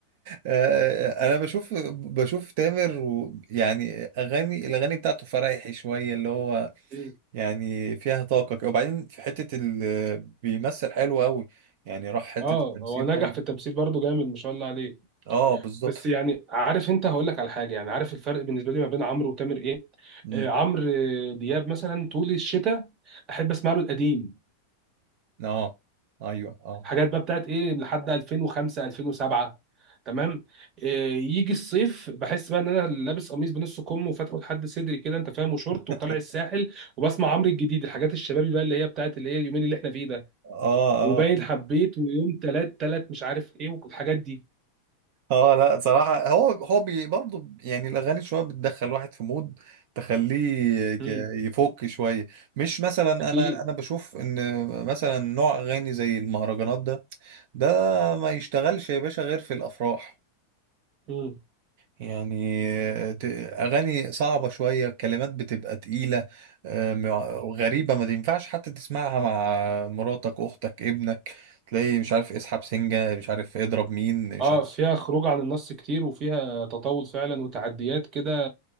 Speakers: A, on the right (about 60°); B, on the right (about 35°).
A: آه، آه، انا بشوف بشوف تامر و يعني اغاني الاغاني بتاعته فرايحي شويه اللي هو
B: امم
A: يعني فيها طاقه كده. وبعدين في حته ال بيمثل حلو قوي يعني راح حته
B: اه
A: التمثيل
B: هو نجح
A: برضه
B: في التمثيل برضه جامد ما شاء الله
A: اه بالظبط
B: بس يعني عارف انت هقول لك على حاجه يعني عارف الفرق بالنسبه لي ما بين عمرو وتامر ايه
A: أمم،
B: آه عمرو آه، دياب مثلا طول الشتاء احب اسمع له القديم
A: اه ايوه اه
B: حاجات بقى بتاعت ايه لحد 2005 2007 تمام آه يجي الصيف بحس بقى ان انا لابس قميص بنص كم وفاتحه لحد صدري كده انت فاهم وشورت
A: <laughs>
B: وطالع الساحل وبسمع عمرو الجديد الحاجات الشبابي بقى اللي هي بتاعت اللي هي اليومين اللي احنا فيه ده
A: اه
B: وباين
A: اه
B: حبيت ويوم تلات تلات مش عارف ايه والحاجات دي
A: اه لا صراحة هو هو بي برضه يعني الأغاني شوية بتدخل واحد في مود تخليه
B: امم
A: ي- يفك شوية مش مثلا
B: اكيد
A: أنا أنا بشوف إن مثلا نوع أغاني زي المهرجانات ده ده ما يشتغلش يا باشا غير في الأفراح
B: امم
A: يعني ت- أغاني صعبة شوية كلمات بتبقى تقيلة آه، مع- غريبة ما ينفعش حتى تسمعها مع مراتك أختك ابنك تلاقي مش عارف اسحب سنجة مش عارف اضرب مين مش
B: اه
A: عارف
B: فيها خروج عن النص كتير وفيها تطاول فعلا وتعديات كده